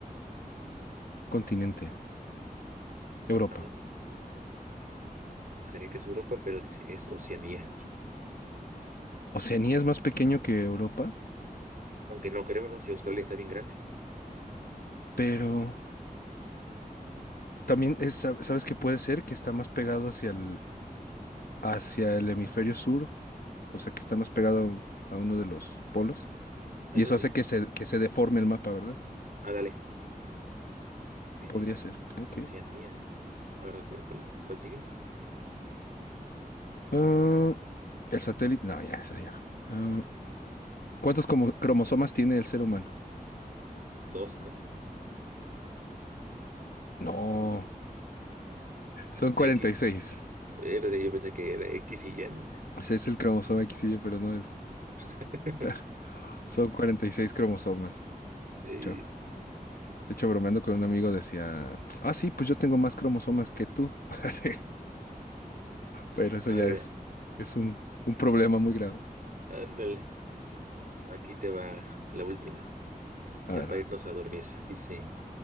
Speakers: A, on the left; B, on the right.
A: Continente, Europa.
B: Ah, no. Pensaría que es Europa, pero dice es Oceanía.
A: Oceanía es más pequeño que Europa,
B: Aunque no creo, ¿no? Si Australia está bien grande.
A: pero también es, sab- sabes que puede ser que está más pegado hacia el, hacia el hemisferio sur, o sea que está más pegado a uno de los polos,
B: Ah,
A: y
B: Eso
A: eso
B: sí.
A: hace que se, que se deforme el mapa, ¿verdad?
B: Ah, dale. Dice
A: Podría ser. Ok.
B: Oceanía. Ahora, ¿cuál, cuál, cuál sigue?
A: Ah, el satélite. No, ya, esa ya. Ah, ¿cuántos como- cromosomas tiene el ser humano?
B: Dos, ¿no?
A: No, son 46.
B: X. Verde, yo pensé que era X y y ¿no?
A: Ese es el cromosoma XY, pero no es.
B: <laughs>
A: <laughs> Son 46 cromosomas.
B: Este,
A: De hecho, de hecho, bromeando con un amigo decía, ah, sí, pues yo tengo más cromosomas que tú. <laughs> Así, Pero eso
B: a
A: ya
B: ver,
A: es, es un, un problema muy grave.
B: ándale. Aquí te va la última,
A: A
B: ya
A: ver,
B: para irnos a dormir. Dice,